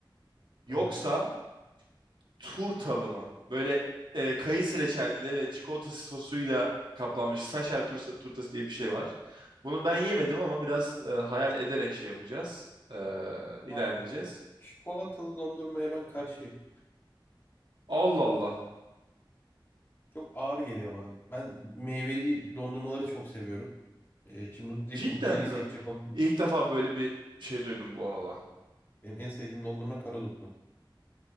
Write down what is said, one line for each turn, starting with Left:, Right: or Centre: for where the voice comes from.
Right: yoksa
Left: Aha.
Right: turtalı mı? Böyle e, kayısı reçelli ve çikolata sosuyla kaplanmış saşer tursa- turtası diye bir şey var. Bunu ben yemedim ama biraz e, hayal ederek şey yapacağız. E,
Left: Abi
Right: ilerleyeceğiz.
Left: e, çikolatalı dondurmaya ben karşıyım.
Right: Allah Allah.
Left: Çok ağır geliyor bana. Ben meyveli dondurmaları çok seviyorum. Ee, şimdi bunu deyip
Right: Cidden
Left: cookie'liyi seçecek
Right: mi?
Left: olan
Right: İlk defa böyle bir şey duydum bu arada.
Left: benim en sevdiğim dondurma karadutlu.